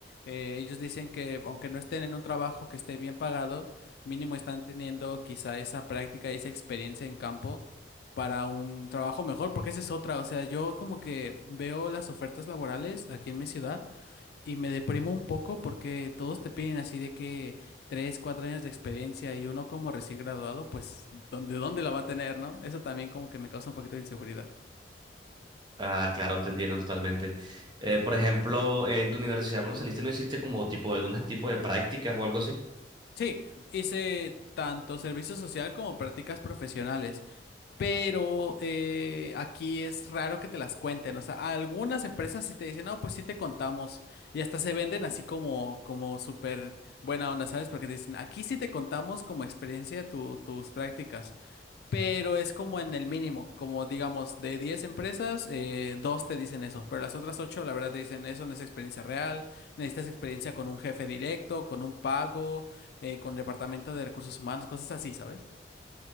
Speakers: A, on the left; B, on the right.
A: Eh, ellos dicen que aunque no estén en un trabajo que esté bien pagado, mínimo están teniendo quizá esa práctica y esa experiencia en campo para un trabajo mejor, porque esa es otra. O sea, yo como que veo las ofertas laborales aquí en mi ciudad y me deprimo un poco porque todos te piden así de que tres, cuatro años de experiencia y uno como recién graduado, pues, ¿dónde, dónde la va a tener, no? Eso también como que me causa un poquito de inseguridad.
B: Ah, claro, te entiendo totalmente. Eh, por ejemplo, en tu universidad, cuando saliste, ¿no hiciste como tipo algunos tipos de prácticas o algo así?
A: Sí, hice tanto servicio social como prácticas profesionales, pero eh, aquí es raro que te las cuenten. O sea, algunas empresas sí te dicen, no, pues sí te contamos. Y hasta se venden así como, como súper buena onda, ¿sabes? Porque te dicen, aquí sí te contamos como experiencia tu- tus prácticas pero es como en el mínimo, como digamos, de 10 empresas, eh, dos te dicen eso, pero las otras ocho, la verdad, te dicen eso no es experiencia real, necesitas experiencia con un jefe directo, con un pago, eh, con departamento de recursos humanos, cosas así, ¿sabes?